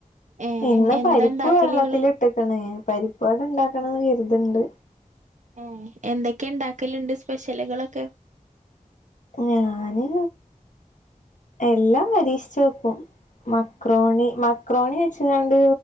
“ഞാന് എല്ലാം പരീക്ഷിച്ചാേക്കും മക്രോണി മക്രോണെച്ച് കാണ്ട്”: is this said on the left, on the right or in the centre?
Left